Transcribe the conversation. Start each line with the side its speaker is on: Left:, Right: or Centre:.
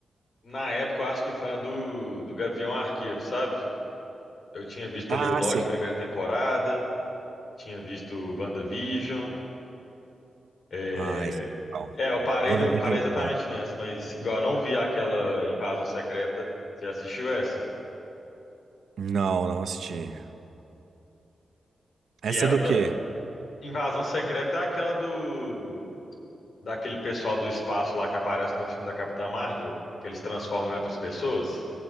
Left: Na época, eu acho que foi na do, do Gavião Arqueiro, sabe? Eu tinha visto
Right: Ah,
Left: ali o Loki,
Right: sim.
Left: primeira temporada. Tinha visto WandaVision. É,
Right: Ah, isso é legal.
Left: é eu parei,
Right: WandaVision
Left: no, parei
Right: é
Left: exatamente
Right: muito bom.
Left: nessa, mas igual eu não vi aquela Invasão Secreta. Você assistiu essa?
Right: Não, não assisti.
Left: Que
Right: Essa
Left: era
Right: é do
Left: da.
Right: quê?
Left: Invasão Secreta é aquela do. Daquele pessoal do espaço lá que aparece no filme da Capitã Marvel, que eles transformam em outras pessoas.